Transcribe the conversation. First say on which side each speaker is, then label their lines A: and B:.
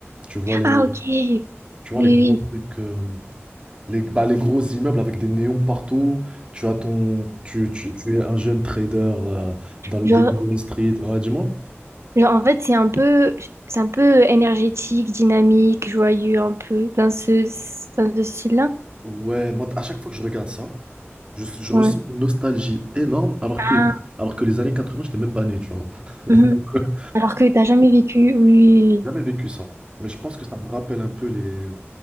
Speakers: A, on the right; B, on the right.
A: tu vois les,
B: Ah, ok. Oui,
A: tu vois
B: oui.
A: les gros trucs, euh, les, bah, les gros immeubles avec des néons partout, tu as ton, tu, tu, tu es un jeune trader euh, dans les
B: Genre,
A: débuts de Wall Street, ouais dis-moi.
B: genre, en fait, c'est un peu, c'est un peu énergétique, dynamique, joyeux, un peu, dans ce, dans ce style-là.
A: Ouais, moi à chaque fois que je regarde ça, je, je
B: Ouais.
A: ressens une nostalgie énorme alors
B: Ah,
A: que, alors que les années 80 j'étais même pas né, tu vois.
B: mhm.
A: <laughs>
B: Alors que t'as jamais vécu. Oui, oui, oui.
A: Jamais vécu ça. Mais je pense que ça me rappelle un peu les...